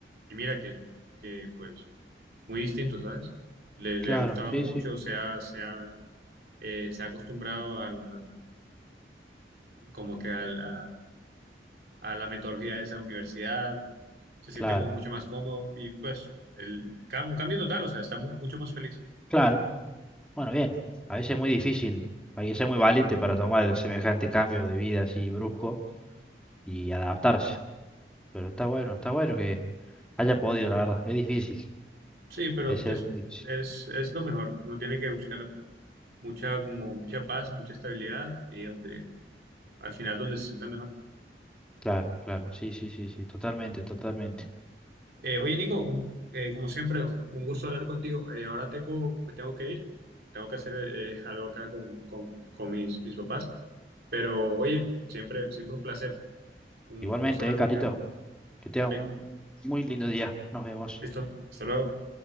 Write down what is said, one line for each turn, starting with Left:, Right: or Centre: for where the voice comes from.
Right: Y mira que, que pues muy distinto, ¿sabes? Le, le
Centre: claro,
Right: ha gustado
Centre: sí,
Right: mucho,
Centre: sí,
Right: se ha, se ha, eh, se ha acostumbrado al, al- como que al- a, a la metodología de esa universidad, se siente
Centre: claro,
Right: como mucho más cómodo y pues el, cam- un cambio total, o sea, está mu- mucho más feliz.
Centre: claro. Bueno, bien, a veces es muy difícil, hay que ser muy valiente para tomar semejante cambio de vida así brusco y adaptarse. Pero está bueno, está bueno que haya podido, la verdad, es difícil.
Right: Sí, pero
Centre: Ese
Right: pues,
Centre: Witch.
Right: es, es lo mejor. Uno tiene que buscar mucha, como mucha paz, mucha estabilidad y donde, al final donde se sienta mejor.
Centre: Claro, claro. Sí, sí, sí, sí. Totalmente, totalmente.
Right: Eh, oye, Nico, un- eh, como siempre, un, un gusto hablar contigo. Eh, ahora tengo, me tengo que ir. Tengo que hacer eh, algo acá con, con, con mis, mis papás. Pero oye, siempre, siempre un placer. Un,
Centre: Igualmente,
Right: un gusto hablar
Centre: eh, Carlito.
Right: contigo.
Centre: Que tengas
Right: Dale,
Centre: un muy lindo día. Nos vemos.
Right: listo. Hasta luego.